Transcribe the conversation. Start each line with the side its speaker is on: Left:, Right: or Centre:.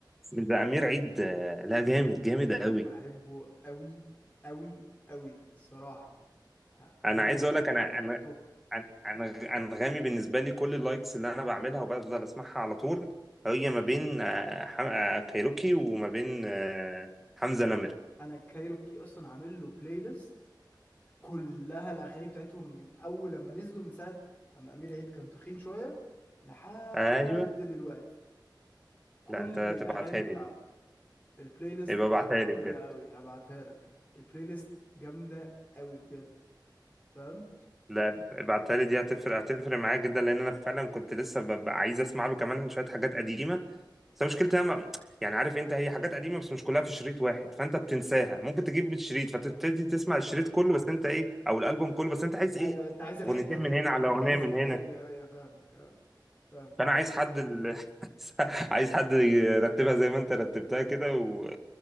Centre: من ده أمير عيد آه، لا جامد
Left: انا
Centre: جامد
Left: بحبه
Centre: قوي
Left: بحبه قوي قوي قوي الصراحة آه،
Centre: انا
Left: امير
Centre: عايز
Left: عيد
Centre: اقول لك انا
Left: آه،
Centre: انا
Left: توب
Centre: عن- عن- انغامي بالنسبه لي كل اللايكس اللي انا بعملها وبفضل اسمعها على طول هي ما بين آه، حم... آه، كايروكي وما بين آه، حمزه نمر
Left: انا كايروكي اصلا عامل له بلاي ليست كلها الاغاني بتاعتهم من اول لما نزلوا من ساعة اما امير عيد كان تخين شوية لحد
Centre: ايوه
Left: دلوقتي كل
Centre: لا انت
Left: الاغاني
Centre: تبعتها
Left: بتاعته
Centre: لي دي
Left: البلاي ليست
Centre: يبقى ابعتها
Left: قوية
Centre: لي بجد
Left: أوي هبعتها لك البلاي ليست جامدة أوي بجد فاهم
Centre: لا ابعتها لي دي هتفرق هتفرق معايا جدا لان انا فعلا كنت لسه ببقى عايز اسمع له كمان شويه حاجات قديمه بس مشكلتي انا ما- يعني عارف انت هي حاجات قديمه بس مش كلها في شريط واحد فانت بتنساها ممكن تجيب بالشريط فتبتدي تسمع الشريط كله بس انت ايه او الالبوم كله بس انت عايز ايه
Left: أيوة أنت عايز الحتة
Centre: اغنيتين
Left: دي
Centre: من هنا على
Left: أنت
Centre: اغنيه
Left: عايز
Centre: من هنا
Left: أيوة أيوة فاهمك أه فاهم
Centre: فانا عايز حد ال... <laughs> عايز حد يرتبها زي ما انت رتبتها كده و...